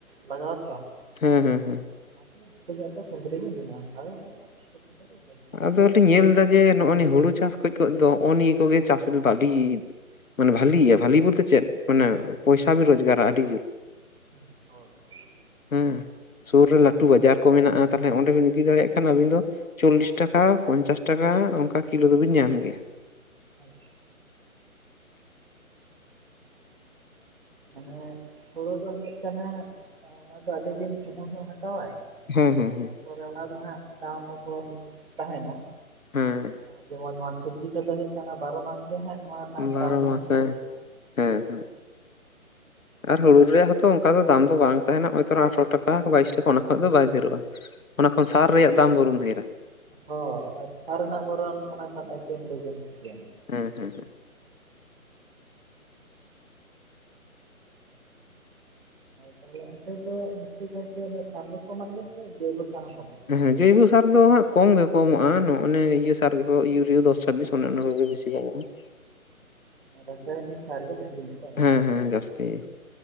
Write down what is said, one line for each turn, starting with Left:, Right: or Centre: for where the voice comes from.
Right: ᱞᱟᱜᱟᱣᱟ ᱛᱚ ᱾
Left: ᱦᱮᱸ ᱦᱮᱸ ᱦᱮᱸ᱾
Right: ᱚᱱᱟ ᱫᱚ ᱡᱚᱛᱚ ᱜᱮ ᱠᱩᱸᱫᱽᱨᱤ ᱨᱮᱜᱮ ᱢᱮᱱᱟᱜᱼᱟ ᱟᱫᱚ <unintelligible>
Left: ᱟᱫᱚᱞᱤᱧ ᱧᱮᱞ ᱫᱟ ᱡᱮ ᱱᱚ ᱱᱤᱭᱟᱹ ᱦᱩᱲᱩ ᱪᱟᱥ ᱠᱷᱚᱡ ᱫᱚ ᱦᱚᱸ ᱱᱤᱭᱟᱹ ᱠᱚᱜᱮ ᱪᱟᱥ ᱟᱰᱤ ᱢᱟᱱᱮ ᱵᱷᱟᱞᱤ ᱜᱮᱭᱟ ᱵᱷᱟᱞᱤ ᱵᱚᱞᱛᱮ ᱪᱮᱫ ᱢᱟᱱᱮ ᱯᱚᱭᱥᱟ ᱵᱤᱱ ᱨᱳᱡᱽᱜᱟᱨᱟ ᱟᱹᱰᱤ ᱡᱳᱨ᱾
Right: <unintelligible>
Left: ᱦᱮᱸ ᱥᱩᱨ ᱨᱮ ᱞᱟᱹᱴᱩ ᱵᱟᱡᱟᱨ ᱠᱚ ᱢᱮᱱᱟᱜ-ᱟ ᱛᱟᱦᱚᱞᱮ ᱚᱸᱰᱮ ᱵᱤᱱ ᱤᱫᱤ ᱫᱟᱲᱮᱭᱟᱜ ᱠᱷᱟᱱ ᱟᱵᱤᱱ ᱫᱚ ᱪᱚᱞᱞᱤᱥ <inaudible> ᱴᱟᱠᱟ ᱯᱚᱧᱪᱟᱥ ᱴᱟᱠᱟ ᱚᱱᱠᱟ ᱠᱤᱞᱳ ᱫᱚᱵᱤᱱ ᱧᱟᱢ ᱜᱮᱭᱟ᱾
Right: <unintelligible> ᱢᱟᱱᱮ ᱦᱩᱲᱩ ᱫᱚ ᱦᱩᱭᱩᱜ ᱠᱟᱱᱟ ᱚᱱᱟ ᱫᱚ ᱟᱹᱰᱤ ᱫᱤᱱ ᱥᱚᱢᱚᱭ ᱦᱚᱸ ᱦᱟᱛᱟᱣᱟᱭ᱾
Left: ᱦᱮᱸ ᱦᱮᱸ
Right: ᱟᱨ
Left: ᱦᱮᱸ
Right: ᱛᱟᱨᱯᱚᱨᱮ ᱚᱱᱟ ᱫᱚ ᱦᱟᱸᱜ ᱫᱟᱢ ᱩᱯᱷᱚᱨ ᱛᱟᱦᱮᱱᱟ᱾
Left: ᱦᱮᱸ
Right: ᱟᱨ ᱡᱮᱢᱚᱱ ᱱᱚᱣᱟ ᱥᱚᱵᱽᱡᱤ ᱠᱚᱫᱚ ᱦᱩᱭᱩᱜ ᱵᱟᱨᱚ ᱢᱟᱥ ᱜᱮ ᱦᱟᱸᱜ ᱱᱚᱣᱟ ᱨᱮᱱᱟᱜ
Left: ᱵᱟᱨᱚ
Right: ᱫᱟᱢ ᱫᱚ
Left: ᱢᱟᱥᱮ
Right: ᱦᱟᱸᱜ ᱡᱟᱹᱥᱛᱤ ᱜᱮ ᱛᱟᱦᱮᱱᱟ ᱾
Left: ᱦᱮᱸ ᱦᱮᱸ ᱟᱨ ᱦᱩᱲᱩ ᱨᱮᱭᱟᱜ ᱦᱚᱸᱛᱚ ᱚᱝᱠᱟ ᱫᱟᱢ ᱵᱟᱝ ᱛᱟᱦᱮᱱᱟ ᱦᱚᱚᱭᱛᱨᱟ ᱟᱴᱷᱨᱚ ᱴᱟᱠᱟ ᱵᱟᱭᱤᱥ ᱴᱟᱠᱟ ᱚᱱᱟ ᱠᱷᱚᱡ ᱫᱚ ᱵᱟᱭ ᱰᱷᱮᱨᱚᱜ-ᱟ᱾ ᱚᱱᱟ ᱠᱷᱚᱱ
Right: ᱠᱷᱟᱱ
Left: ᱥᱟᱨ
Right: ᱫᱚ
Left: ᱨᱮᱭᱟᱜ
Right: ᱵᱟᱭ ᱛᱟᱦᱮᱱᱟ᱾
Left: ᱫᱟᱢ ᱵᱚᱨᱚᱢ ᱰᱷᱮᱨ-ᱟ ᱾
Right: ᱦᱚᱸ ᱚᱱᱟ ᱥᱟᱨ ᱨᱮᱱᱟᱜ ᱵᱚᱨᱚᱱ ᱚᱱᱟ ᱠᱷᱚᱱ ᱮᱠᱫᱚᱢ ᱫᱚᱵᱚᱞ ᱠᱩᱥᱤᱭᱟᱱ
Left: ᱦᱮᱸ ᱦᱮᱸ ᱦᱮᱸ᱾
Right: ᱛᱟᱦᱚᱞᱮ ᱚᱱᱛᱮ ᱫᱚ ᱵᱤᱥᱤ ᱠᱟᱭᱛᱮ ᱥᱟᱨ ᱜᱮᱠᱚ ᱮᱢᱟᱜ ᱜᱮᱭᱟ ᱥᱮ ᱡᱳᱭᱵᱚ ᱥᱟᱨ ᱦᱚᱸ ᱮᱢᱟᱜ ᱜᱮᱭᱟ᱾
Left: ᱦᱮᱸ ᱡᱳᱭᱵᱚ ᱥᱟᱨ ᱫᱚ ᱦᱟᱸᱜ ᱠᱚᱢ ᱜᱮᱠᱚ ᱮᱢᱟᱜ-ᱟ ᱱᱚᱭ ᱱᱤᱭᱟᱹ ᱥᱟᱨ ᱜᱮᱠᱚ ᱤᱭᱩᱨᱤᱭᱟᱹ ᱫᱚᱥ ᱪᱷᱟᱵᱤᱥ ᱚᱱᱮ ᱚᱱᱟ ᱠᱚᱜᱮ ᱵᱤᱥᱤ ᱠᱚ ᱮᱢᱟᱜ-ᱟ ᱾
Right: ᱨᱟᱥᱟᱭᱱᱤᱠ ᱥᱟᱨ ᱜᱮ ᱡᱟᱹᱥᱛᱤ ᱧᱚᱜ-ᱟ
Left: ᱦᱮᱸ ᱦᱮᱸ ᱡᱟᱹᱥᱛᱤ